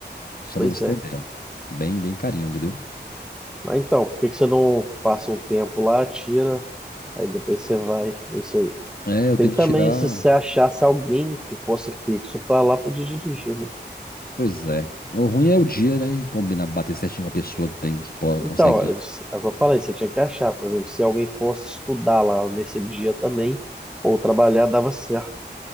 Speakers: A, on the left (about 55°); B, in the centre.
A: só
B: Pois
A: pra você
B: é.
A: entender. Bem, bem carinho, entendeu?
B: Ah, então, por que que você não passa um tempo lá, tira, aí depois você vai, é isso aí.
A: É, eu
B: Tem
A: tenho
B: também
A: que tirar,
B: se você achasse alguém que fosse fixo para lá, podia dirigir, né?
A: Pois é. O ruim é o dia, né? E combinar, bater certinho com a pessoa que tem, que pode,
B: Então,
A: consegue
B: é
A: ir.
B: isso- é o que eu falei, você tinha que achar, por exemplo, se alguém fosse estudar lá nesse dia também, ou trabalhar, dava certo.